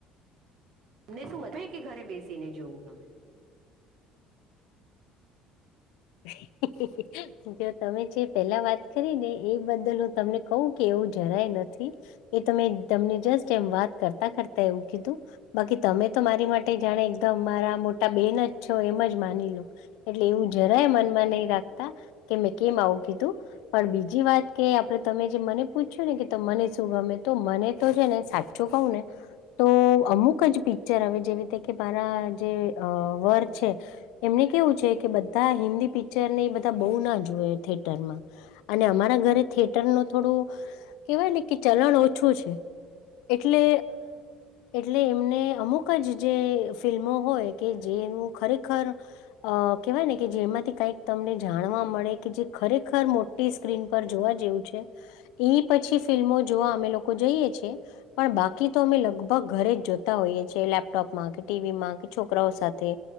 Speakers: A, on the right; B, on the left.
A: તમને શું વધય કે ઘરે બેસીને જોવું ગમે.
B: હ જો તમે જે પેલા વાત કરી ને એ બદલ હું તમને કઉ. કે એવું જરાય નથી એ તમે તમને જસ્ટ એમ વાત કરતા કરતા એવું કીધું. બાકી તમે તો મારી માટે જાણે એકદમ મારા મોટા બેન જ છો એમ જ માની લો એટલે એવું જરાય મનમાં નહી રાખતા કે મેં કેમ આવું કીધું. પણ બીજી વાત કે આપડે તમે જે મને પૂછ્યું ને કે મને શું ગમે તો મને તો છે ને સાચું. જો કાઉને તો અમુક જ પિક્ચર હ જેવી રીતે કે મારા જે વર છે. એમને કેવું છે કે બધા હિન્દી પિક્ચર ને એ બધા બહુ ના જોુએ થેટર માં અને અમારા ઘરે થિયેટર ન થોડું કેહેવાય ને કે ચલણ ઓછું છે. એટલે એટલે એમને અમુક જ જે ફિલ્મો હોય કે જેનું ખરેખર અ કેહેવાય ને કે જેમાંથી કઈક તમને જાણવા મળે કે જે ખરેખર મોટી સ્ક્રીન પર જોવા જેવું છે. એ પછી ફિલ્મો જોવા અમે લોકો જઈએ છ છેીએ. પણ બાકી તો અમે લગભગ ઘરે જ જોતા હોઈએ છીએ લેપટોપમાં કે ટીવીમાં કે છોકરાઓ સાથે